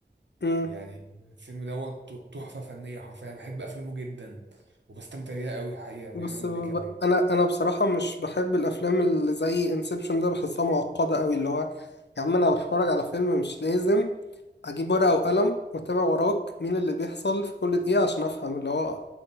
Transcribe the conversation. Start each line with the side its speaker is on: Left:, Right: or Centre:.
Left: مم.
Right: يعني الفيلم دوت تحفه فنيه حرفيا أنا بحب افلامه جدا وبستمتع بيها قوي الحقيقه ليوناردو
Left: بس ب...
Right: دي كابريو
Left: انا انا بصراحة مش بحب الافلام اللي زي انسبشن ده بحسها معقدة قوي اللي هو يا عم انا بتفرج على فيلم مش لازم اجيب ورقة وقلم واتابع وراك مين اللي بيحصل في كل دقيقة عشان افهم اللي هو